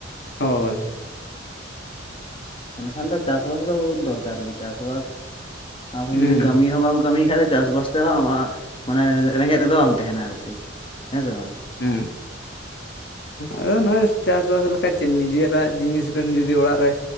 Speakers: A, on the left; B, on the left.
A: ᱦᱳᱭ
B: ᱮᱱᱠᱷᱟᱱ ᱫᱚ ᱪᱟᱥᱵᱟᱥ ᱫᱚ ᱫᱚᱨᱠᱟᱨ ᱜᱮ ᱪᱟᱥᱵᱟᱥ ᱟᱵᱚ
A: ᱦᱩᱸ
B: ᱡᱩᱫᱤ ᱠᱟᱹᱢᱤ ᱦᱚᱸ ᱵᱟᱢ ᱠᱟᱹᱢᱤ ᱠᱷᱟᱡ ᱫᱚ ᱪᱟᱥᱵᱟᱥ <unintelligible> ᱢᱟᱱᱮ ᱨᱮᱸᱜᱮᱡ ᱛᱮᱫᱚ ᱵᱟᱢ ᱛᱟᱸᱦᱮᱱᱟ ᱟᱨᱠᱤ ᱦᱮᱸ ᱥᱮ ᱵᱟᱝ?
A: ᱦᱮᱸ ᱟᱫᱚ ᱱᱚᱜᱼᱚᱭ ᱪᱟᱥᱵᱟᱥ ᱞᱮᱠᱠᱟᱡ ᱪᱮᱫ ᱱᱤᱡᱮᱨᱟᱜ ᱡᱤᱱᱤᱥ ᱵᱮᱱ ᱡᱩᱫᱤ ᱚᱲᱟᱜ ᱨᱮ